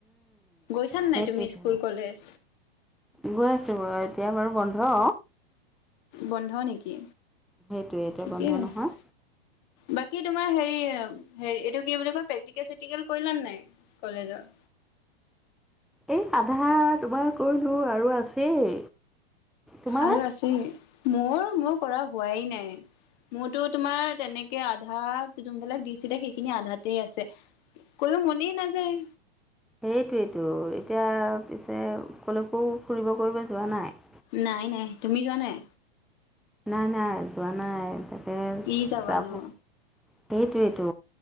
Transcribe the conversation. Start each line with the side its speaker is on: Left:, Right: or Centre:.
Left: গৈছানে
Centre: সেইটোৱেতো
Left: নাই তুমি স্কুল কলেজ?
Centre: গৈ আছোঁ বাৰু এতিয়া বাৰু বন্ধ।
Left: বন্ধ নেকি?
Centre: সেইটোৱে এতিয়া
Left: ঠিকেই
Centre: বন্ধ
Left: আছে।
Centre: নহয়
Left: বাকী তোমাৰ হেৰি হেৰি এইটো কি বুলি কয় প্ৰেক্টিকেল চে্টিকেল কৰিলা নে নাই কলেজৰ?
Centre: এই আধা তোমাৰ কৰিলোঁ আৰু আছেই। তোমাৰ
Left: আৰু আছেই, মোৰ মোৰ কৰা হোৱাই নাই। মোৰতো তোমাৰ তেনেকে আধা যোনবিলাক দিছিলে সেইখিনি আধাতেই আছে। কৰিব মনেই নাযায়।
Centre: সেইটোৱেইটো, এতিয়া পিছে কলৈকো ফুৰিব কৰিব যোৱা নাই?
Left: নাই নাই, তুমি যোৱা নাই?
Centre: নাই নাই যোৱা নাই তাকে
Left: কি যাবানো।
Centre: যাব সেইটোৱেইটো,